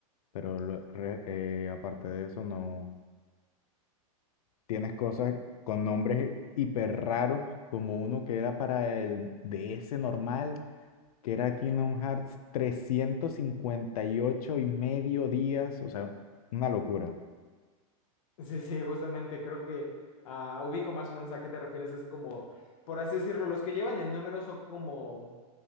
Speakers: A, on the left; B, on the left.
A: pero lo- re- eh, aparte de eso, no. Tienes cosas con nombres hiper raros, como uno que era para el DS normal, que era Kingdom Hearts 358 y ocho y medio días, o sea, una locura.
B: Sí, sí, justamente creo que ah, ubico más o menos a qué te refieres. Es como, por así decirlo, los que llevan el número son como,